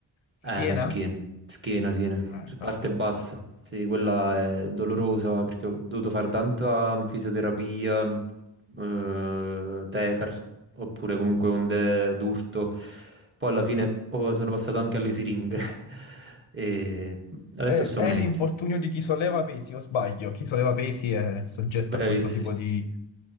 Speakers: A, on the left (about 80°); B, on the right (about 25°).
A: Schiena?
B: eh, la schiena, schiena, sì
A: Eh,
B: su parte
A: caspita.
B: bassa. Sì, quella è dolorosa perché ho dovuto fare tanta fisioterapia, eh, tecar, oppure comunque onde d'urto. Poi alla fine oh, sono passato anche alle siringhe <laughs> e adesso
A: È,
B: sto
A: è
B: meglio.
A: l'infortunio di chi solleva pesi, o sbaglio? Chi solleva pesi è soggetto
B: Bravissimo.
A: a questo tipo di